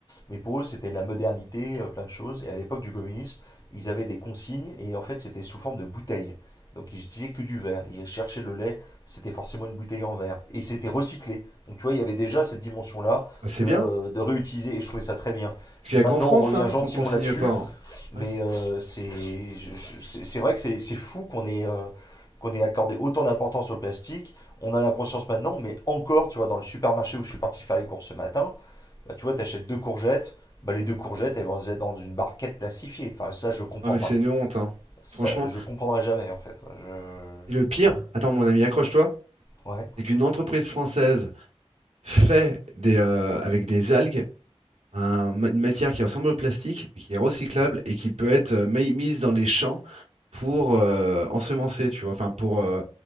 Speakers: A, on the left; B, on the right.
A: mais pour eux, c'était la modernité, euh, plein de choses. Et à l'époque du communisme, ils avaient des consignes et en fait, c'était sous forme de bouteilles. Donc ils n'utilisaient que du verre. Ils cherchaient le lait, c'était forcément une bouteille en verre. Et c'était recyclé. Donc tu vois, il y avait déjà cette dimension-là
B: Bah, c'est
A: de,
B: bien.
A: de réutiliser et je trouvais ça très bien.
B: Parce qu'il
A: Maintenant,
B: n'y a qu'en France
A: on revient
B: hein,
A: gentiment
B: qu'on consigne
A: là-dessus,
B: pas. hein.
A: mais
B: Ouais.
A: euh, c'est je- c'est- c'est vrai que c'est c'est fou qu'on ait, euh, qu'on ait accordé autant d'importance au plastique. On a la conscience maintenant, mais encore, tu vois, dans le supermarché où je suis parti faire les courses ce matin, bah, tu vois, t'achètes deux courgettes, bah, les deux courgettes, elles vont être dans une barquette plastifiée. Enfin, ça, je comprends
B: Non mais
A: pas.
B: c'est une honte, hein.
A: Ça,
B: Franchement.
A: je comprendrai jamais, en fait. Je-
B: Et le
A: je-
B: pire, attends mon ami, accroche-toi,
A: Ouais.
B: c'est qu'une entreprise française fait des, euh, avec des algues un- ma- une matière qui ressemble au plastique, mais qui est recyclable
A: Mhm,
B: et qui peut être euh, mi- mise dans les champs pour
A: mhm.
B: euh, ensemencer, tu vois. Enfin pour, euh,